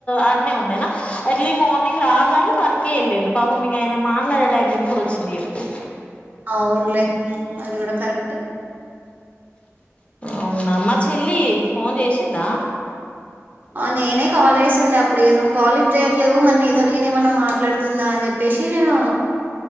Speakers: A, on the left; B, on the right.
A: ఆడ్నే ఉండేనా ఎర్లీ మార్నింగ్ రాద్ గానీ పనికి ఎల్లిండు పాపం మీ ఆయన మాట్లాడే టైం ఎప్పుడు వచ్చింది. ఎప్పుడు
B: అవునులే అది కూడా కరెక్టే
A: అవునా మా చెల్లి ఫోన్ చేసిందా
B: ఆ నేనే కాలే చేస్తుండే అప్పుడు నువ్వు కాల్ లిఫ్ట్ చేయట్లేవు మరి నీతోటికి గిన్నె ఏమన్నా మాట్లాడుతుందా అని చెప్పేసి నేను